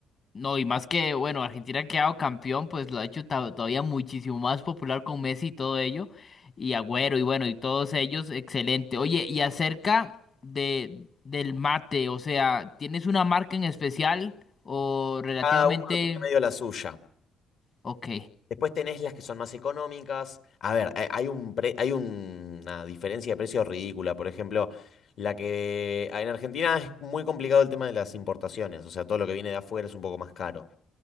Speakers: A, on the left; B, on the left.
A: No, y más que, bueno, Argentina ha quedado campeón, pues lo ha hecho ta- todavía muchísimo más popular con Messi y todo ello, y Agüero, y bueno, y todos ellos, excelente. Oye, y acerca de, del mate, o sea, ¿tienes una marca en especial o relativamente...
B: Cada uno tiene medio la suya.
A: Ok.
B: Después tenés las que son más económicas. A ver, hay hay un pre- hay un- una diferencia de precios ridícula. Por ejemplo, la que en Argentina es muy complicado el tema de las importaciones. O sea, todo lo que viene de afuera es un poco más caro